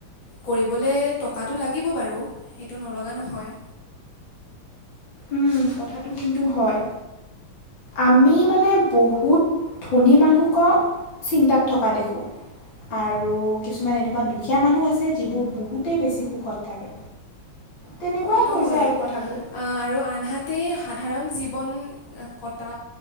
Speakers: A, on the left; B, on the left.
A: কৰিবলে টকাটো লাগিব বাৰু, সেইটো নলগা নহয়।
B: উম, কথাটো কিন্তু হয়। আমি মানে বহুত ধনী মানুহক চিন্তাত থকা দেখো। আৰু কিছুমান এনেকুৱা দুখীয়া মানুহ আছে, যিবোৰ বহুতেই বেছি সুখত থাকে। তেনেকুৱাই
A: কথাটো
B: হৈ
A: হয়,
B: যায় আৰু কথাবোৰ
A: আহ আৰু আনহাতে সাধাৰণ জীৱন। কটা